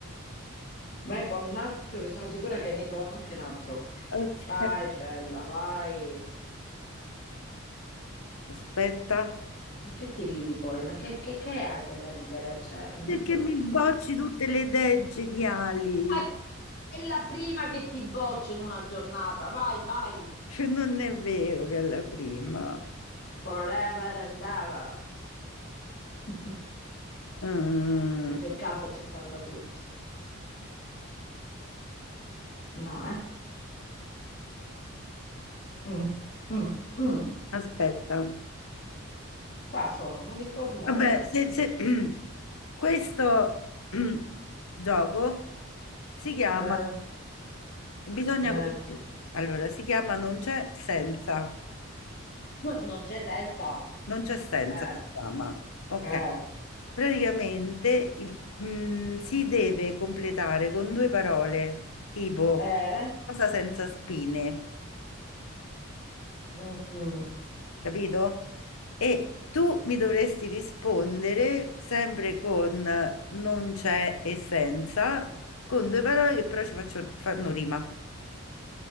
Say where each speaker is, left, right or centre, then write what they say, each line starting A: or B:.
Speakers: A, on the left; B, on the left.
A: Vai con un altro che sono sicura che ne hai trovato anche un altro.
B: Aspetta.
A: Vai, bella, vai.
B: Aspetta,
A: Che ti ridi poi? Ma che, che- che hai che da ridere? Cioè, boh,
B: perché mi bocci
A: ma-
B: tutte le idee geniali?
A: Ah, è la prima che ti boccio in una giornata. Vai, vai.
B: Cioè, non è vero che è la prima.
A: Forever and ever. <laughs>
B: Mm.
A: Il peccato ci salva tutti. No, eh? Mm, mm, mm.
B: Aspetta.
A: Qua sono, non mi sto a smuovere.
B: Vabbè, se- se- <clears throat> questo <clears throat> gioco si chiama,
A: Eh,
B: bisogna,
A: eh.
B: allora, si chiama Non c'è senza,
A: Non c'è senso.
B: non c'è senza,
A: Eh,
B: si chiama, ok.
A: eh,
B: Praticamente il- mm, si deve completare con due parole, tipo
A: eh.
B: cosa senza spine,
A: Mm, mm.
B: capito? E tu mi dovresti rispondere sempre con non c'è e senza, con due parole che però ci faccio, fanno rima.